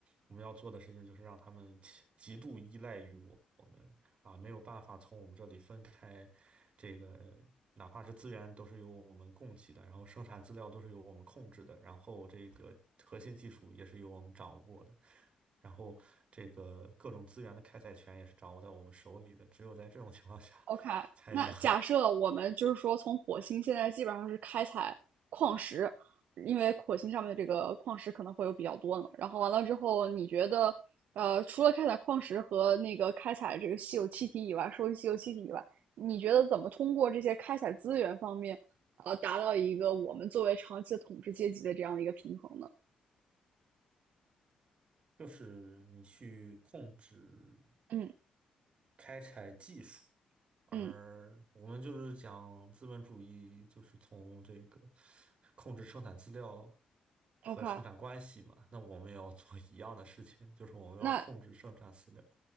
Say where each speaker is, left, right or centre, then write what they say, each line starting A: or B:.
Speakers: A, on the right; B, on the right.
A: 我们要做的事情就是让他们极度依赖于。啊，没有办法从我们这里分开，这个哪怕是资源都是由我们供给的，然后生产资料都是由我们控制的，然后这个核心技术也是由我们掌握的，然后这个各种资源的开采权也是掌握在我们手里的，只有在这种情况下，
B: OK，
A: 才能
B: 那假设我们就是说，从火星现在基本上是开采矿石，因为火星上面的这个矿石可能会有比较多的嘛。然后完了之后，你觉得，呃，除了开采矿石和那个开采这个稀有气体以外，收集稀有气体以外，你觉得怎么通过这些开采资源方面，呃，达到一个我们作为长期的统治阶级的这样的一个平衡呢？
A: <laughs> 就是你去控制。
B: 嗯
A: 开采技术，而我们就是讲资本主义，
B: 嗯
A: 就是从这个控制生产资料
B: ，OK，
A: 和生产关系嘛。那我们也要做一样的事情，就是我们要控制生产资料，
B: 那